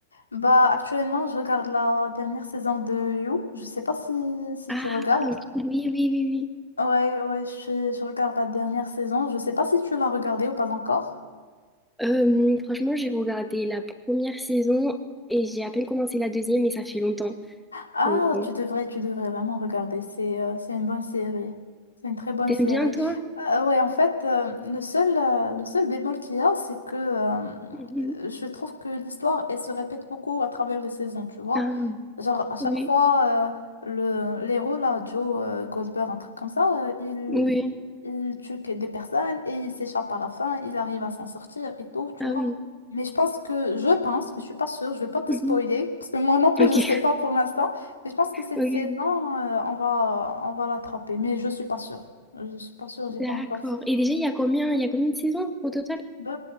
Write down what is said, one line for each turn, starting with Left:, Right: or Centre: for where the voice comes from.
Left: Bah, actuellement, je regarde la dernière saison de You. Je sais pas si, si
Centre: Ah
Left: tu regardes.
Centre: oui, oui, oui, oui.
Left: Ouais, ouais, je, suis- je regarde la dernière saison. Je sais pas si tu l'as regardée ou pas encore.
Centre: Euh, franchement, j'ai regardé la première saison et j'ai à peine commencé la deuxième et ça fait longtemps.
Left: Ah,
Centre: Donc, bon.
Left: tu devrais, tu devrais vraiment regarder. C'est euh, c'est une bonne série. C'est une très bonne
Centre: T'aimes
Left: série.
Centre: bien toi?
Left: Euh, ouais, en fait, euh, le seul, euh, le seul bémol qu'il y a, c'est que euh,
Centre: Mhm.
Left: je trouve que l'histoire, elle se répète beaucoup à travers les saisons, tu vois.
Centre: Ah
Left: Genre, à chaque
Centre: oui,
Left: fois, euh, le, l'héros, là, Joe euh, Goldberg, un truc comme ça, euh, il,
Centre: oui,
Left: il tue que des personnes et il s'échappe à la fin, il arrive à s'en sortir et tout, tu
Centre: ah
Left: vois.
Centre: oui.
Left: Mais je pense que, je pense, mais je suis pas sûre, je vais pas te
Centre: Mhm.
Left: spoiler, parce que moi non plus,
Centre: Ok,
Left: je sais
Centre: <laughs>
Left: pas pour l'instant. Et je pense que cette
Centre: ok,
Left: saison,
Centre: ok.
Left: euh, on va, on va l'attraper, mais je suis pas sûre. Je suis pas sûre, j'ai
Centre: D'accord.
Left: pas encore fait.
Centre: Et déjà, il y a combien, il y a combien de saisons au total?
Left: Ben,